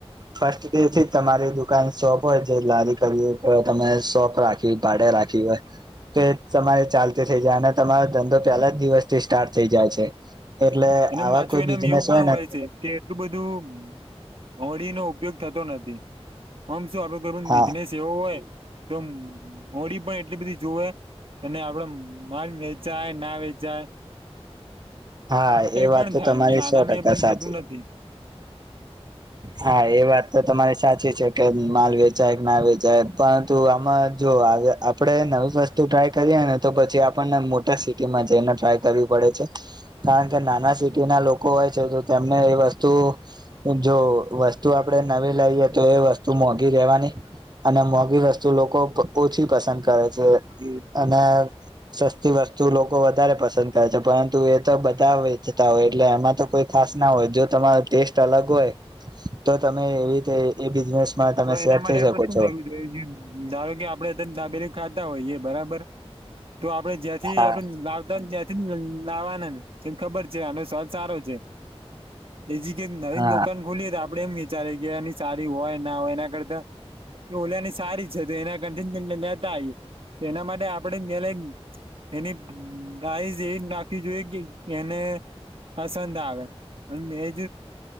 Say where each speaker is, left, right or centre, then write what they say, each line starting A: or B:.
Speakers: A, on the right; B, on the right.
A: ફસ્ટે થી તમારી દુકાન સો હોય જે લારી કરવી <unintelligible> સોપ રાખી ભાડે રાખી હોય તો તમારે ચાલતી થઈ જાય અને તમારો ધંધો પેલા જ દિવસથી સ્ટાર્ટ થઈ જાય છે. એટલે આવા
B: અને માછું
A: કોઈ
B: એનામ
A: બિઝનેસ
B: એવું પણ હોય
A: ને
B: છે, કે એટલું બધું. ઉપયોગ થતો નથી આમ શું આપડો કોઈ
A: હા
B: બિઝનેસ એવો હોય તો મોડી પણ એટલી બધી જોવે અને આપડ માલ વેચાય ના વેચાય <inaudible>
A: હા એ વાત
B: પણ
A: તો
B: થાય
A: તમારી
B: નાનામાં
A: સો ટકા
B: એ પણ
A: સાચી
B: થતું નથી
A: હા એ વાત તો તમારી સાચી છે કે, માલ વેચાય કે ના વેચાય પરંતુ આમાં જો આપડે નવી વસ્તુ ટ્રાય કરીએ ને તો પછી આપણને મોટા સિટીમાં જઈને ટ્રાય કરવી પડે છે, કારણ કે નાના સિટી ના લોકો હોય છે તો તેમને એ વસ્તુ જો વસ્તુ આપણેે નવી લાવીએ તો એ વસ્તુ મોંઘી રેવાની અને મોઘી વસ્તુ લોકો ઓછી પસંદ કરે છે અને સસ્તી વસ્તુ લોકો વધારે પસંદ કરે છે, પરંતુ એ તો બધા વેચતા હોય એટલે એમાં તો કોઈ ખા ખાસ ના હોય જો તમારો ટેસ્ટ અલગ હોય તો તમે એવી રીતે <unintelligible>
B: તો
A: સેટ
B: એના માટે
A: થઈ
B: આપડે
A: શકો
B: શું
A: છો
B: કરવું જોઈએ, ધારો કે આપડે ત્યા ડાબેલી ખાતા હોઈએ બરાબર, તો આપડે જ્યાંથી
A: હા
B: <unintelligible> લાવવાના ને ખબર છે, આનો સ્વાદ સારો છે એજી કઈક નવીન
A: હા
B: દુકાન ખોલીએ તો આપડે એમ વિચારી કે એની સારી હોય ના હોય એના કરતા એ ઓલિની સારી છે તો એના <unintelligible> એના માટે આપડે <unintelligible> એની ડાઈઝ એજ નાખવી જોઈએ કે એને પસંદ આવે <unintelligible>